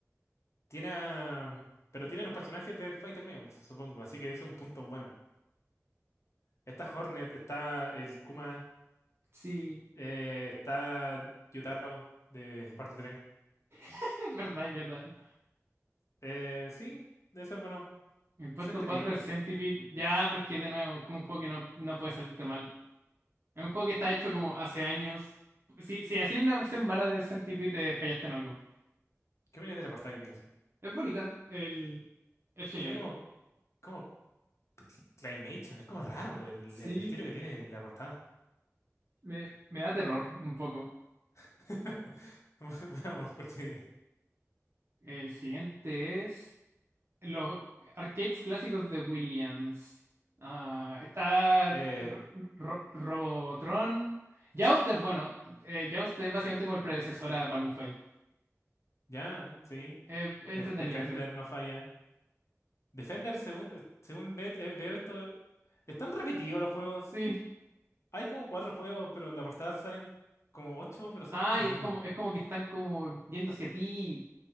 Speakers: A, on the left (about 60°); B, on the right (about 50°).
A: Tiene a- Pero tiene los personajes de Fighter Megamix, supongo, así que eso es un punto bueno. Está Hornet, está el Kuma,
B: Sí,
A: eh, está Yutaro de parte 3.
B: <laughs> es verdad, Yotaro.
A: Eh, sí, debe ser bueno.
B: El puesto
A: Centipede,
B: 4 es Centipede. Ya, pero es que de nuevo, es como un juego que no, no puede salirte mal. Es un juego que está hecho como hace años. Si, si hacías una versión mala de Centipede, eh, fallaste en algo.
A: ¿qué opinas de la portada que tiene eso?
B: Es bonita, el, es genial.
A: Tiene como, como claymation, es como raro el,
B: Sí,
A: el estilo que tiene en la portada.
B: me, me da terror un poco.
A: <laughs> Veamos cuál sigue.
B: El siguiente es. Los arcades clásicos de Williams. Ah, está R-
A: Eh,
B: Ro- Robotron. Joust es bueno. Eh, Joust es básicamente como el predecesor a Balloon Fight.
A: ya, sí.
B: Es entretenido
A: Def- Defender
B: ese.
A: no falla. Defender, según, eh, según ve- eh, veo esto, están repetidos los juegos.
B: Sí.
A: Hay como cuatro juegos, pero en la portada salen como ocho, pero son
B: Ay,
A: como los mismos.
B: es como, es como que están como yendo hacia ti.